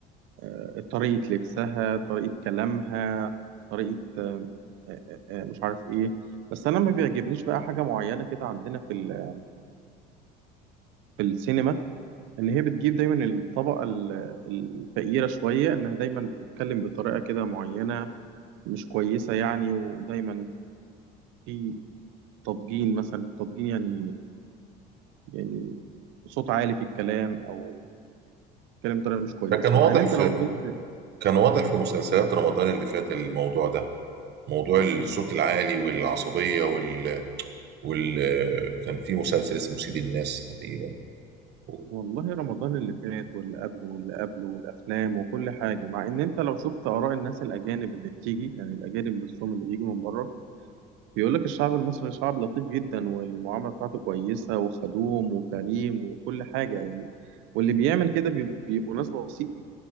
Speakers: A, on the right; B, on the right.
A: آه، طريقة لبسها طريقة كلامها طريقة آه، آه، آه، آه، مش عارف ايه بس انا ما بيعجبنيش بقى حاجة معينة كده عندنا في ال- في السينما ان هي بتجيب دايما الطبقه ال- الفقيره شويه انها دايما بتتكلم بطريقه كده معينه مش كويسه يعني ودايما في تضجين مثلا التضجين يعني يعني صوت عالي في الكلام او كلام بطريقه مش كويسه
B: ده كان واضح
A: مع ان انت
B: في
A: لو نزلت
B: كان واضح في مسلسلات رمضان اللي فات الموضوع ده موضوع الصوت العالي والعصبية وال, وال... كان في مسلسل اسمه سيد الناس تقريبا و-
A: والله رمضان اللي فات واللي قبله واللي قبله والافلام وكل حاجه مع ان انت لو شفت اراء الناس الاجانب اللي بتيجي يعني الاجانب نفسهم اللي بيجوا من بره بيقول لك الشعب المصري شعب لطيف جدا والمعاملة بتاعته كويسة وخدوم وكريم وكل حاجة يعني واللي بيعمل كده بيب- بيبقوا ناس بسيطة